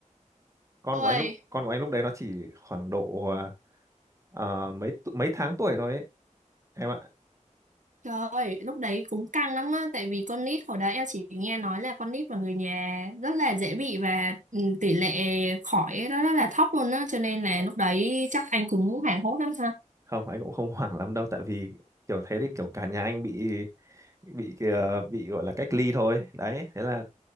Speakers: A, on the right (about 25°); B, on the right (about 70°).
A: con
B: ôi
A: của anh lúc con của anh lúc đấy nó chỉ khoảng độ à, à, mấy tu- mấy tháng tuổi thôi ấy em ạ
B: trời ơi lúc đấy cũng căng lắm á tại vì con nít hồi đó em chỉ nghe nói là con nít và người nhà rất là dễ bị và ừ, tỷ lệ khỏi nó rất là thấp luôn á cho nên là lúc đấy chắc anh cũng hoảng hốt lắm
A: không anh cũng không <laughs> hoảng lắm đâu tại vì kiểu thế thì kiểu cả nhà anh bị bị kìa- bị gọi là cách ly thôi đấy thế là